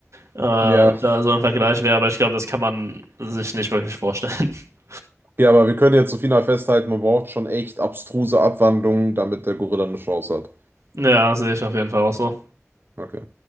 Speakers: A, on the right; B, on the right.
A: äh, da
B: Ja,
A: so im Vergleich wäre, aber ich glaube, das kann man sich nicht wirklich vorstellen. <laughs>
B: ja, aber wir können jetzt so final festhalten, man braucht schon echt abstruse Abwandlungen, damit der Gorilla eine Chance hat.
A: Ja, sehe ich auf jeden Fall auch so.
B: Okay.